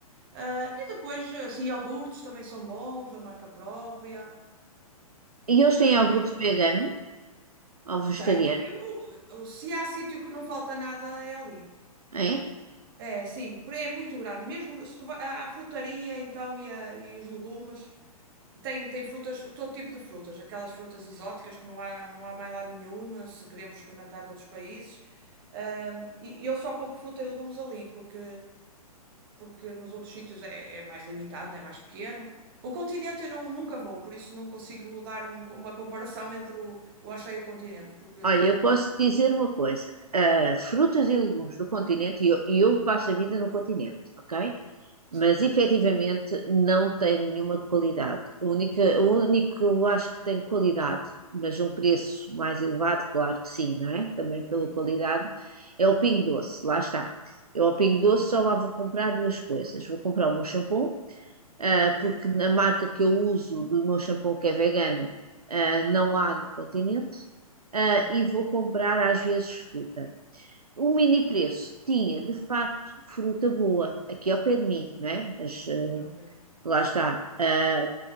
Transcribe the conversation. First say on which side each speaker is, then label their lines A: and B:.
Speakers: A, on the right; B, on the right.
A: Ah, e depois, assim, iogurtes também são bons, da marca própria.
B: E eles
A: Tem
B: têm
A: muita
B: iogurte
A: coisa boa.
B: vegano ou vegetariano,
A: Tem. Eu- eu- se há sítio que não falta nada, é ali.
B: é?
A: É, sim, porque é muito grande. Mesmo se tu vai à à frutaria, então, e, a- e os legumes, tem, tem frutas, todo tipo de frutas. Aquelas frutas exóticas que não há, não há mais lado nenhum, se queremos experimentar de outros países. Ah, e e eu só compro fruta e legumes ali, porque porque nos outros sítios é, é mais limitado, né? É mais pequeno. O continente eu não, nunca vou, por isso não consigo dar um- uma comparação entre o, o Axé e o continente, porque
B: Olha,
A: não.
B: eu posso te dizer uma coisa: ah, frutas e legumes do continente, e eu, e eu passo a vida no continente, ok?
A: Sim.
B: Mas efetivamente não tem nenhuma qualidade. O único,
A: Ah,
B: o único que eu acho que tem qualidade, mas um preço mais elevado, claro que sim, não é? Também pela
A: sim.
B: qualidade, é o Pingo Doce, lá está. Eu ao Pingo Doce só lá vou comprar duas coisas: vou comprar o meu shampoo ah,
A: Ok.
B: porque na marca que eu uso do meu shampoo que é vegano, ah, não há no continente, ah,
A: Uhum.
B: e vou comprar às vezes fruta. O mini preço tinha de facto fruta boa, aqui ao pé de mim, não é? Mas ah,
A: Ok.
B: lá está. Ah,